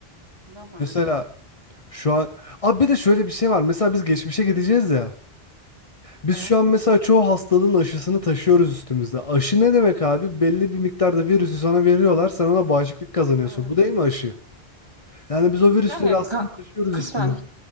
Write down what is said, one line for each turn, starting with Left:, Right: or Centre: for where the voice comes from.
Right: ne yapabilsek?
Left: Mesela şu an abi bir de şöyle bir şey var. Mesela biz geçmişe gideceğiz ya. Biz
Right: Evet.
Left: şu an mesela çoğu hastalığın aşısını taşıyoruz üstümüzde. Aşı ne demek abi? Belli bir miktarda virüsü sana veriyorlar. Sen ona bağışıklık kazanıyorsun.
Right: Evet.
Left: Bu değil mi aşı? Yani biz o virüsleri
Right: Yani
Left: aslında
Right: ka-
Left: taşıyoruz
Right: kısmen.
Left: üstümüzde.